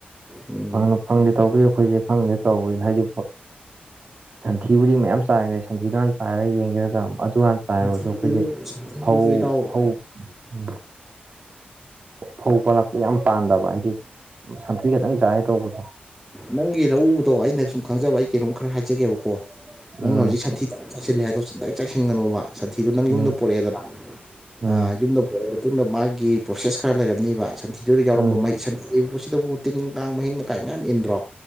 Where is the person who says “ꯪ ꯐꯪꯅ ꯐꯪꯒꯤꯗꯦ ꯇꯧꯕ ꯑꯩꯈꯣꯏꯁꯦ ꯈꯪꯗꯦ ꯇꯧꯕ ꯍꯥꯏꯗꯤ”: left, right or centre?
Right